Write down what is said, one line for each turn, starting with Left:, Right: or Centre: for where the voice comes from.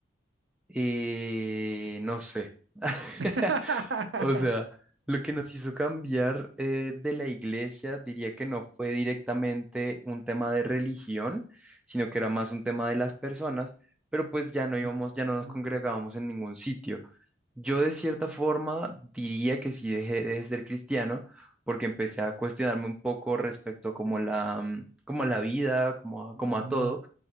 Centre: Eh, no sé. <laughs>
Right: <laughs>
Centre: O sea, lo que nos hizo cambiar eh, de la iglesia, diría que no fue directamente un tema de religión, sino que era más un tema de las personas, pero pues ya no íbamos,
Right: Mm,
Centre: ya no nos congregábamos en ningún sitio. Yo de cierta forma diría que sí dejé de ser cristiano porque empecé a cuestionarme un poco respecto a como la, mm, como a la vida, como a, como
Right: mm,
Centre: a todo